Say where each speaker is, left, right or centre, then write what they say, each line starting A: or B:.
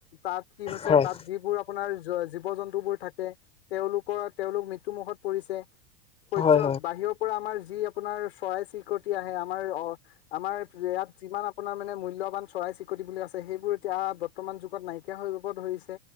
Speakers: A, on the left; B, on the left.
A: তাত কি হৈছে
B: হয়
A: তাত যিবোৰ আপোনাৰ য যি জীৱ-জন্তুবোৰ থাকে তেওঁলোকৰ তেওঁলোক মৃ ত্যু মুখত পৰিছে, সূৰ্য্য
B: হয় হয় হয়
A: বাহিৰৰ পৰা আমাৰ যি আপোনাৰ চৰাই চিৰি কটি আহে আমাৰ অ, আমাৰ ইয়াত যিমান আপোনাৰ মানে মূল্যবান চৰাই-চৰিকটি বুলি আছে সেইবোৰ এতিয়া বৰ্তমান যুগত নাইকিয়া হৈ যাব ধৰিছে।